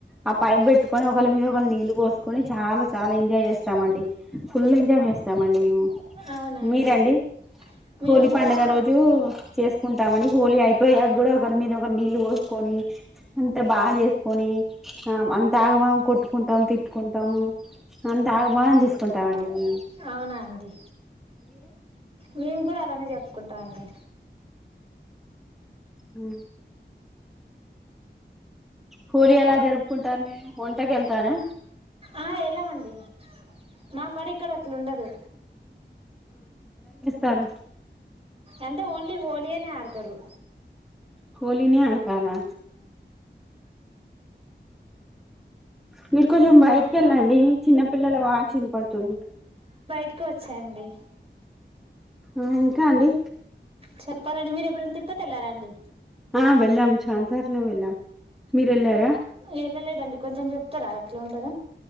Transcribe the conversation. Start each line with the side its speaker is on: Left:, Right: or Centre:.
Centre: ఆ పైప్ పెట్టుకొని ఒకళ మీద ఒకళ నీళ్లు పోసుకొని చాలా చాలా ఎస్ చమండి ఫుల్ ఎంజాయ్ చేస్ రండి మేము
Right: అవునా
Centre: మీరండి.
Right: అండి మేము
Centre: హోలీ పండుగ
Right: కూడా
Centre: రోజు చేసుకుంటామని హోలీ అయిపోయాక కూడా ఒకరు మీద ఒకరు నీళ్ళు కోని అంత బాగా చేసుకొని అంత ఆగమాగం కొట్టుకుంటాం. తిట్టుకుంటాం. అంత ఆగబాం చేసుకుంటాం అండి మేమ్
Right: అవునా అండి. మేము కూడా అలానే జరుకుంటాం అండి.
Centre: హు హోలీ ఎలా జరు పోతారు. మీరు ఒంటకిెళ్తారా
Right: ఆ వెళ్ళామండి మా కాడ ఇక్కడ అట్లా ఉండదు
Centre: తారు
Right: అంటే ఓన్లీ హోలీ అనే ఆడతారు.
Centre: హోలీనే ఆడతారా మీరు కొంచెం బయటికి వెళ్ళండి. చిన్నపిల్లల వాయిస్ వినపడుతుంది.
Right: ఇప్పుడే వచ్చా అండి.
Centre: ఆ ఇంకా అండి.
Right: చెప్పాలండి మీరు ఎప్పుడైనా తిరుపతి వెళ్ళారాండి
Centre: ఆ వెెల్ం చానా సర్లే వెలాం మీరెలార
Right: వెళ్ళలేదండి. కొంచెం చెప్తారా ఎట్లా ఉంటదో